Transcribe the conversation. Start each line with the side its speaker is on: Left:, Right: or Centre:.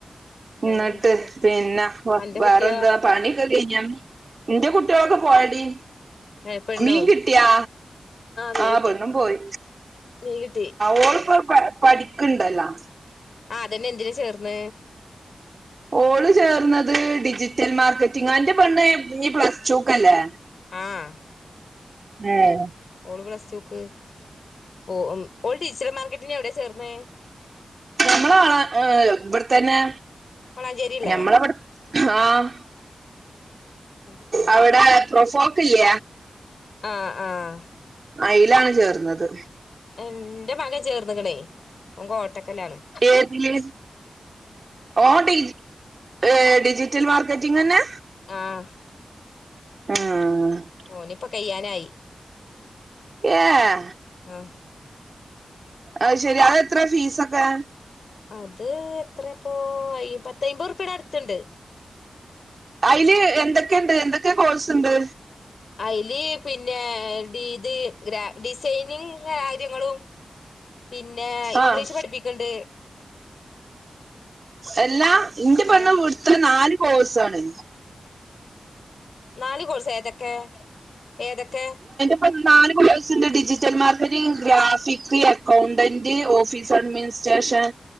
Left: വേറെന്തൊക്കെ
Right: എന്നിട്ട് പിന്നെ
Left: അന്റെ
Right: വേറെന്താ
Left: കുട്ടിയോ
Right: പണി <unintelligible> നിന്റെ കുട്ടികളൊക്കെ പോയടി
Left: ഏഹ് പെണ്ണോ
Right: മീൻ കിട്ടിയാ
Left: മീൻ
Right: ആഹ്
Left: കിട്ടി
Right: പെണ്ണും പോയി
Left: മീൻ കിട്ടി
Right: ഓളി പഠിക്കുണ്ടല്ലോ
Left: ആഹ് അതന്നെ എന്തിനാ ചേർന്ന
Right: ഓള് ചേർന്നത് ഡിജിറ്റൽ മാർക്കറ്റിംഗ് അന്റെ പണ്ണ് ഈ പ്ലസ് റ്റുക്കല്ലേ
Left: ആഹ്
Right: ഏഹ്
Left: ഓള് പ്ലസ്ക്ക് പോ ഓൾ ഡിജിറ്റൽ മാർക്കറ്റിന് എവിടെയാ ചേർന്ന
Right: നമ്മള ആള ഏ ഇവിടെത്തന്നെ
Left: വളാഞ്ചേരില്ലേ
Right: ഞമ്മളവിടെ ആഹ
Left: സ്ഥലം
Right: അവിടെ
Left: പറ
Right: പ്രൊഫോക്ക് ഇല്ല
Left: ആഹ് ആഹ്
Right: അയിലാണ് ചേർന്നത്
Left: എന്റെ മകൻ ചേർന്നകണേ ഓന് കോട്ടക്കല്ലാണ്....
Right: ഏതില് ഓഡി ഏഹ് ഡിജിറ്റൽ മാർക്കറ്റിംഗന്നെ.
Left: ആഹ്.
Right: ഉം
Left: ഓനിപ്പോ കയ്യാനായി.
Right: ഏഹ്.
Left: ആഹ്.
Right: അയ്ശരി അതത്ര ഫീസൊക്കെ.
Left: അത് എത്രെപ്പോ അപത്തയ്മ്പത്ഉർപ്യെടെ അടുത്ണ്ട്.
Right: അയ്ല് എന്തൊക്കെണ്ട് എന്തൊക്കെ കോഴ്സ്ണ്ട്.
Left: അയ്ല് പിന്നെ ഡി ഇത് ഗ്ര ഡിസൈനിങ് കാര്യങ്ങളും. പിന്നെ ഇംഗ്ലീഷ്
Right: ആഹ്
Left: പഠിപ്പിക്ണ്ട്.
Right: എല്ലാ ഇന്റെ പണ്
Left: ഏഹ്
Right: വ്ട്ത് നാല്. പോസാണ്.
Left: നാല് കോഴുസേ ഏതൊക്കെ ഏതൊക്കെ?
Right: ഇ നാല്കോയുസുണ്ട് digital market graphic accountant officer means. സേഷൻ.